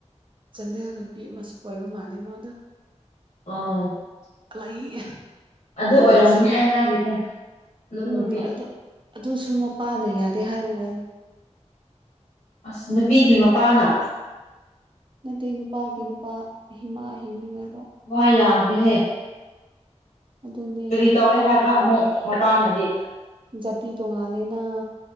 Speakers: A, on the right (about 40°); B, on the left (about 80°).
A: ꯆꯥꯟꯗꯦꯜꯒ ꯅꯨꯄꯤ ꯑꯃꯁꯨ ꯀꯣꯏꯕ ꯃꯥꯜꯂꯦ ꯃꯥꯗꯣ
B: ꯑꯝ
A: ꯂꯩ
B: ꯑꯗꯨ
A: ꯑꯗꯨꯗꯨꯁꯨ
B: ꯑꯣꯏꯔꯝꯅꯤ ꯑꯩ ꯍꯥꯏꯔꯤꯁꯦ ꯑꯗꯨ
A: ꯎꯝ
B: ꯅꯨꯄꯤ
A: ꯑꯗꯨ ꯑꯗꯨꯁꯨ ꯃꯄꯥꯥꯅ ꯌꯥꯗꯦ ꯍꯥꯏꯕ ꯃꯑꯣꯡ <unintelligible>
B: ꯑ꯭ꯁ ꯅꯨꯄꯤꯒꯤ
A: ꯑꯦ
B: ꯃꯄꯥꯅ
A: ꯅꯠꯇꯦ ꯅꯨꯄꯥꯒꯤ ꯅꯨꯄꯥ ꯍꯤꯃꯥ ꯍꯤꯡꯂꯤꯉꯩꯗ
B: ꯋꯥ ꯌꯥꯝꯒ꯭ꯔꯦꯍꯦ
A: ꯑꯗꯨꯅꯦ
B: ꯀꯔꯤ ꯇꯧꯋꯦ ꯍꯥꯏꯕ꯭ꯔꯥ ꯑꯃꯨꯛ ꯃꯄꯥꯅꯗꯤ
A: ꯖꯥꯇꯤ ꯇꯣꯡꯉꯥꯜꯂꯦꯅ